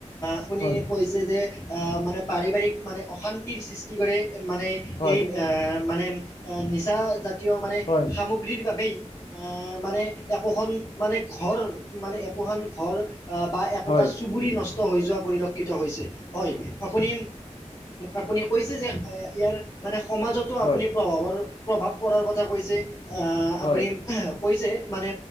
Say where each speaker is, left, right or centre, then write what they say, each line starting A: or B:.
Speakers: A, on the left; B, on the left.
A: আপুনি
B: হয়,
A: কৈছে যে মানে পাৰিবাৰিক মানে অশান্তিৰ সৃষ্টি কৰে মানে
B: হয়,
A: এই মানে নিচা জাতীয়
B: হয়, হয়,
A: সামগ্ৰীৰ বাবেই এ মানে একোখন মানে ঘৰ ম একোখন ঘৰ বা একোটা
B: হয়, হয়, হয়,
A: চুবুৰি নষ্ট হৈ যোৱা পৰিলক্ষিত হৈছে হয় আপুনি আপুনি কৈছে যে ইয়াৰ মানে সমাজতো
B: হয়।
A: আপুনি প্ৰভাৱৰ প্ৰভাৱ পৰাৰ কথা কৈছে।
B: হয়,
A: আপুনি কৈছে মানে